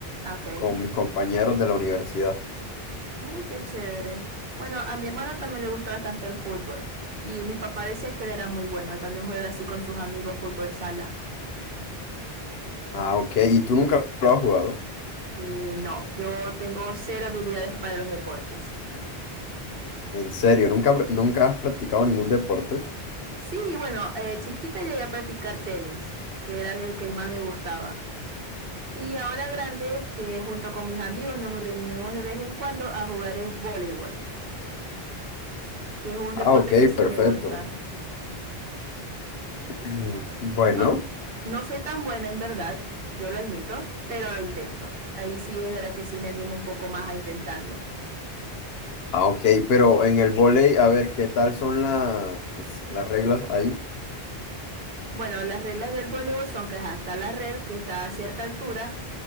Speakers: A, on the right; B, on the left.
A: Ok.
B: con mis compañeros de la universidad.
A: Mm, qué chévere. Bueno, a mi hermana también le gusta bastante el fútbol. Y mi papá decía que él era muy bueno. También juega así con sus amigos fútbol sala.
B: Ah, ok. ¿Y tú nunca lo has jugado?
A: Y no, yo tengo cero habilidades para los deportes.
B: ¿En serio? ¿Nunca, nunca has practicado ningún deporte?
A: Sí, bueno, eh, chiquita llegué a practicar tenis, que era el que más me gustaba. Y ahora grande, que junto con mis amigos nos reunimos de vez en cuando a jugar es voleibol, que es un
B: Ah,
A: deporte
B: ok,
A: que sí
B: perfecto.
A: me gusta.
B: <clears throat> Bueno.
A: No, no soy tan buena en verdad, yo lo admito, pero lo intento. Ahí sí es verdad que sí me animo un poco más a intentarlo.
B: Ah, ok, pero en el vóley, a ver, ¿qué tal son las, las reglas ahí?
A: Bueno, las reglas del voleibol son que ajá, está la red que está a cierta altura